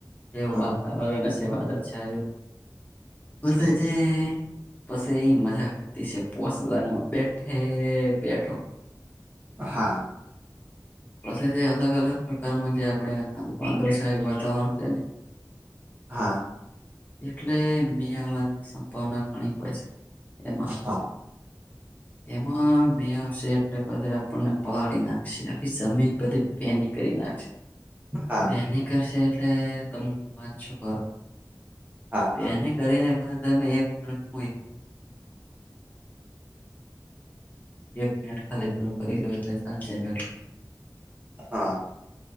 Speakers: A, on the left; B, on the right.
A: એવો
B: હા
A: વાતાવરણ હશે વાદળ છાયો. <unintelligible> પસે ઈ મજા કરતી સે. <unintelligible> માં બેઠે બેઠો.
B: હા.
A: પછી જે અલગ-અલગ પ્રકારમાં જે આપડે વાદળછાયું <unintelligible> <inaudible>
B: હા.
A: એટલે મે આવવાની સંભાવના ઘણી પછી. એમાં.
B: હા
A: એમાં મે આવશે એટલે પછી આપ પણને પહાળી નાખશે. આખી જમીન બધી ભેની કરી નાખશે.
B: હા.
A: ભેની કરશે એટલે તમે વાત શું કરો.
B: હા
A: ભેની
B: હા
A: કરીને પછી તમે એક મિનિટ <inaudible> એક મિનિટ ખાલી પેલું કરી લઉં <unintelligible>
B: હા.